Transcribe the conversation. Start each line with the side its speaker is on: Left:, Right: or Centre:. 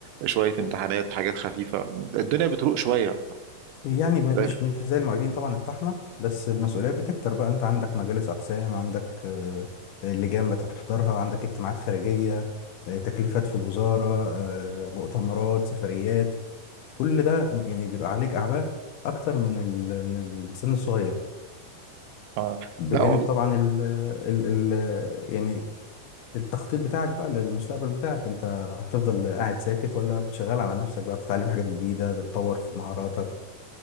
Right: شويه امتحانات حاجات خفيفه الدنيا بتروق شويه
Left: يعني م-
Right: لا
Left: مش مش زي المعيدين طبعا الطحنه بس المسؤوليات بتكتر بقى انت عندك مجالس اقسام عندك آه، لجان بتحضرها عندك اجتماعات خارجيه آه، تكليفات في الوزاره آه، مؤتمرات سفريات كل ده يعني بيبقى عليك اعباء اكتر من ال- من السن الصغير
Right: آه،
Left: بجانب
Right: لا والله
Left: طبعا ال ال ال يعني التخطيط بتاعك بقى للمستقبل بتاعك انت هتفضل قاعد ساكت ولا بتشغل على نفسك بقى بتتعلم حاجات جديدة بتطور في مهاراتك